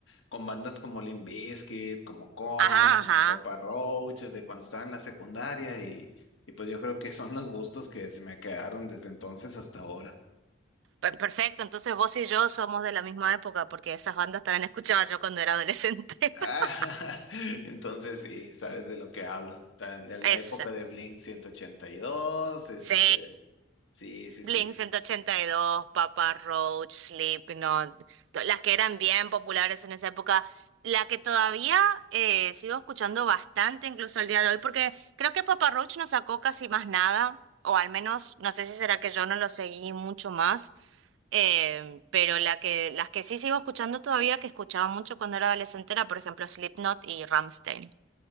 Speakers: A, on the left; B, on the right.
A: con bandas como Limp Bizkit, como Korn,
B: Ajá,
A: como Papa Roach, desde cuando estaba en la secundaria y, y pues yo creo que son los gustos que se me quedaron desde entonces hasta ahora.
B: Per- Perfecto, entonces vos y yo somos de la misma época porque esas bandas también escuchaba yo cuando era adolescente.
A: Ah,
B: <laughs>
A: <laughs> entonces sí, sabes de lo que hablo. Ta- De la
B: Esa.
A: época de Blink ciento ochenta y dos, este.
B: Sí,
A: Sí, sí,
B: Blink
A: sí.
B: ciento ochenta y dos Papa Roach, Slipknot, to- las que eran bien populares en esa época, la que todavía eh, sigo escuchando bastante incluso al día de hoy porque creo que Papa Roach no sacó casi más nada, o al menos no sé si será que yo no lo seguí mucho más. Eh, pero la que, las que sí sigo escuchando todavía, que escuchaba mucho cuando era adolescente, era por ejemplo Slipknot y Rammstein.